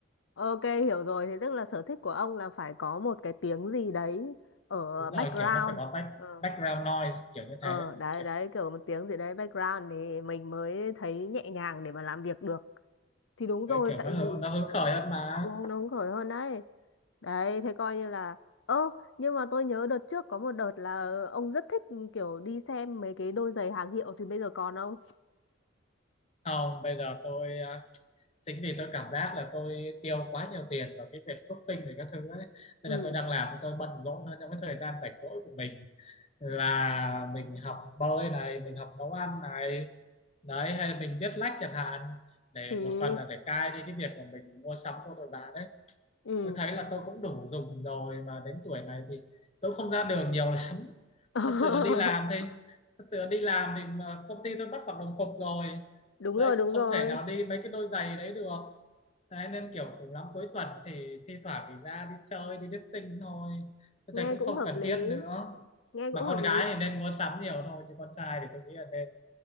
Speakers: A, on the left; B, on the left.
A: ok hiểu rồi thế tức là sở thích của ông là phải có một cái tiếng gì đấy ở
B: Đúng
A: background
B: rồi, kiểu nó phải có back,
A: ờ
B: background noise kiểu như
A: ờ
B: thế.
A: đấy
B: Kiểu
A: đấy kiểu một tiếng gì đấy background thì mình mới thấy nhẹ nhàng để mà làm việc được thì đúng
B: đấy
A: rồi
B: kiểu
A: tại
B: nó hứng-
A: vì
B: nó hứng khởi hơn mà.
A: Ừ, nó hứng khởi hơn đấy. Đấy, thế coi như là... Ơ, nhưng mà tôi nhớ đợt trước có một đợt là ông rất thích ừ, kiểu đi xem mấy cái đôi giày hàng hiệu thì bây giờ còn không?
B: Không, bây giờ tôi à, chính vì tôi cảm giác là tôi tiêu quá nhiều tiền vào cái việc shopping rồi các thứ ấy. Nên
A: Ừ,
B: là tôi đang làm tôi bận rộn hơn trong cái thời gian rảnh rỗi của mình là mình học bơi này mình học nấu ăn này đấy hay là mình viết lách chẳng hạn để
A: ừ,
B: một phần là để cai đi cái việc mà mình mua sắm của tôi bà đấy
A: ừ.
B: tôi thấy là tôi cũng đủ dùng rồi mà đến tuổi này thì tôi không ra đường nhiều <laughs> lắm
A: <laughs>
B: thật sự là đi làm thì thật sự là đi làm thì mà công ty tôi bắt mặc đồng phục rồi
A: Đúng
B: đấy
A: rồi, đúng
B: cũng không
A: rồi.
B: thể nào đi mấy cái đôi giày đấy được đấy nên kiểu cùng lắm cuối tuần thì thi thoảng thì ra đi chơi đi dating thôi tôi
A: Nghe
B: thấy cũng
A: cũng
B: không
A: hợp
B: cần
A: lý.
B: thiết nữa
A: Nghe
B: mà
A: cũng
B: con
A: hợp lý.
B: gái thì nên mua sắm nhiều thôi chứ con trai thì tôi nghĩ là nên